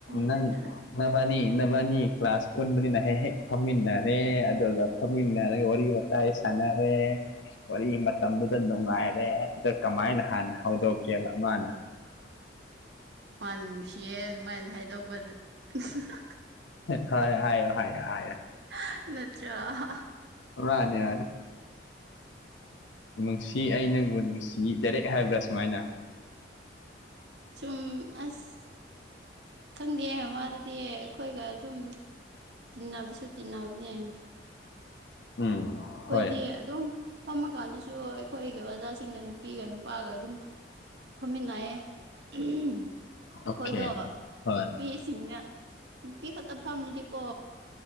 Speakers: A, on the left; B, on the right.
A: ꯅꯪ
B: ꯑꯗꯨꯁꯨ
A: ꯅꯕꯅꯤ ꯅꯕꯅꯤ ꯀ꯭ꯂꯥꯁ ꯄꯨꯟꯕꯅꯤꯅ ꯍꯦꯛ ꯍꯦꯛ ꯐꯝꯃꯤꯟꯅꯔꯦ ꯑꯗꯨꯒ ꯐꯝꯃꯤꯟꯅꯔꯒ ꯋꯥꯔꯤ ꯋꯥꯇꯥꯥꯏ ꯁꯟꯅꯔꯦ ꯋꯥꯔꯤ ꯃꯇꯝꯗꯨꯗ ꯅꯨꯡꯉꯥꯏꯔꯦ ꯑꯗ ꯀꯃꯥꯏꯅ ꯍꯥꯟꯅ ꯍꯧꯗꯣꯛꯀꯦꯕ ꯃꯥꯅ
B: ꯃꯥꯟꯅ ꯅꯨꯡꯁꯤꯌꯦ ꯑꯗꯨꯃꯥꯏꯅ ꯍꯥꯏꯗꯣꯛꯄꯗ ꯍꯍꯥ
A: ꯍꯣꯏ ꯍꯥꯏꯌꯣ ꯍꯥꯏꯌꯣ ꯍꯥꯏꯌꯣ
B: ꯍꯥ ꯅꯠꯇ꯭ꯔ ꯍꯍ
A: ꯃꯅꯦ ꯃꯅꯦ ꯅꯨꯡꯁꯤ ꯑꯩ ꯅꯪꯕꯨ ꯅꯨꯡꯁꯤ ꯗꯥꯏꯔꯦꯛ ꯍꯥꯏꯕ꯭ꯔꯥ ꯁꯨꯃꯥꯏꯅ
B: ꯁꯨꯝ ꯑꯁ ꯈꯪꯗꯦ ꯃꯥꯗꯨꯗꯤ ꯑꯩꯈꯣꯏꯒ ꯑꯗꯨꯝ ꯇꯤꯟꯅꯕꯁꯨꯨ ꯇꯤꯟꯅꯕꯅꯦ
A: ꯎꯝ
B: ꯑꯈꯣꯏꯗꯤ
A: ꯍꯣꯏ
B: ꯑꯗꯨꯝ ꯐꯝꯃꯀꯥꯟꯗꯁꯨ ꯑꯩꯈꯣꯏꯒꯤ ꯑꯣꯖꯥꯁꯤꯡꯅ ꯅꯨꯄꯤꯒ ꯅꯨꯄꯥꯒ ꯑꯗꯨꯝ ꯐꯃꯤꯟꯅꯩꯌꯦ ꯍꯝ
A: ꯑꯣꯀꯦ
B: ꯑꯩꯈꯣꯏꯗꯣ
A: ꯍꯣꯏ
B: ꯅꯨꯄꯤ ꯁꯤꯡꯅ ꯅꯨꯄꯤ ꯈꯛꯇ ꯐꯝꯃꯗꯤꯀꯣ